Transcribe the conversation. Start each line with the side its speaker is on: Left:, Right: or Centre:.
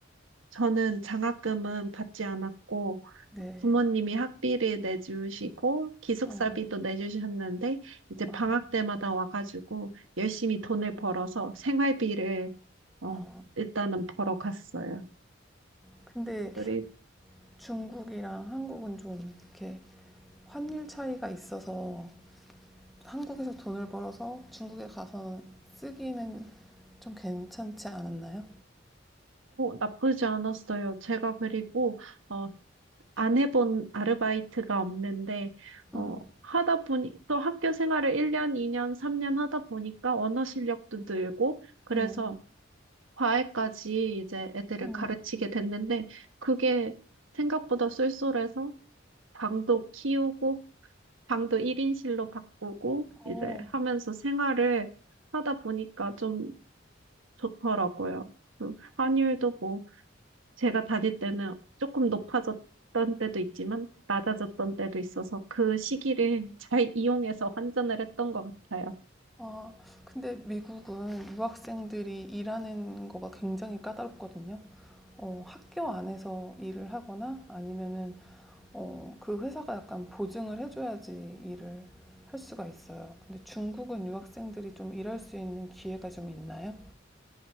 Right: 저는 장학금은 받지 않았고,
Centre: 네.
Right: 부모님이 학비를 내주시고, 기숙사비도
Centre: 어.
Right: 내주셨는데, 이제
Centre: 아,
Right: 방학 때마다 와가지고, 열심히 돈을 벌어서 생활비를, 어,
Centre: 아.
Right: 일단은 벌어 갔어요.
Centre: 근데
Right: 그리고
Centre: 중국이랑 한국은 좀 이렇게 환율 차이가 있어서 한국에서 돈을 벌어서 중국에 가서 쓰기는 좀 괜찮지 않았나요?
Right: 나쁘지 않았어요. 제가 그리고, 어 안 해본 아르바이트가 없는데, 어,
Centre: 음,
Right: 하다 보니, 또 학교 생활을 1년, 2년, 3년 하다 보니까 언어 실력도 늘고, 그래서
Centre: 음,
Right: 과외까지 이제 애들을
Centre: 음.
Right: 가르치게 됐는데, 그게 생각보다 쏠쏠해서 방도 키우고, 방도 1인실로 바꾸고,
Centre: 어,
Right: 이제 하면서 생활을 하다 보니까 좀 좋더라고요. 그 환율도 뭐, 제가 다닐 때는 조금 높아졌던 때도 있지만 낮아졌던 때도 있어서 그 시기를 잘 <laughs> 이용해서 환전을 했던 것 같아요.
Centre: 아, 근데 미국은 유학생들이 일하는 거가 굉장히 까다롭거든요. 어, 학교 안에서 일을 하거나 아니면은 어, 그 회사가 약간 보증을 해줘야지 일을 할 수가 있어요. 근데 중국은 유학생들이 좀 일할 수 있는 기회가 좀 있나요?